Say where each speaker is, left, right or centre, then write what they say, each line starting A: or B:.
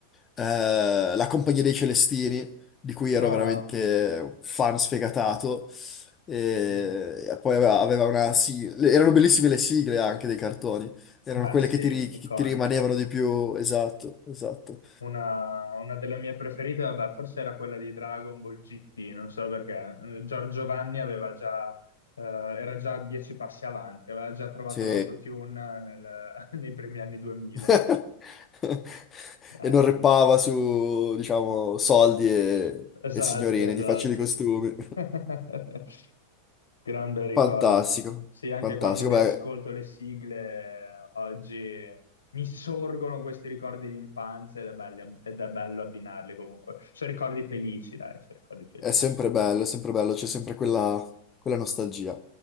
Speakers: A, on the left (about 25°); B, on the left (about 70°).
A: eh, La Compagnia dei Celestini, di cui ero
B: Ma,
A: veramente un fan sfegatato. E
B: mm,
A: e poi aveva, aveva una sigla. Erano bellissime le sigle anche dei cartoni. Erano
B: beh,
A: quelle
B: sì,
A: che ti, ri- che
B: iconiche.
A: ti rimanevano di più. Esatto, esatto.
B: Una, una delle mie preferite, vabbè, forse era quella di Dragon Ball GT, non so perché. Eh, Giorgio Vanni aveva già, eh, era già dieci passi avanti, aveva già trovato
A: Sì.
B: l'autotune nel- <laughs> nei primi anni 2000.
A: <laughs>
B: Grande.
A: E non reppava su, diciamo, soldi e,
B: Esatto,
A: e signorine
B: esatto.
A: di facili costumi.
B: <laughs> Gran
A: <laughs>
B: bei ricordi.
A: Fantastico,
B: Sì, anche
A: fantastico.
B: quando riascolto
A: Beh,
B: le sigle eh, oggi mi sorgono questi ricordi di infanzia ed è belli- ed è bello abbinarli comunque. Sono ricordi felici, dai, sono ricordi felici.
A: è sempre bello, è sempre bello, c'è sempre quella, quella nostalgia.